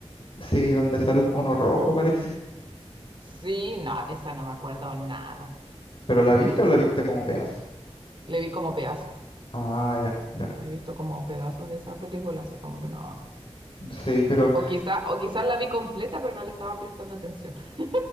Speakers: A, on the left; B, on the right.
A: sí, donde sale un
B: Sí,
A: mono rojo parece.
B: Sí, no, de esa no me acuerdo nada.
A: ¿Pero la
B: No,
A: viste o la viste como pedazo?
B: le vi como pedazos.
A: Ah, ya, ya.
B: He visto como pedazos de esa película, así como que no.
A: Sí, pero
B: O quizá, o quizás la vi completa, pero no le estaba prestando atención. <laughs>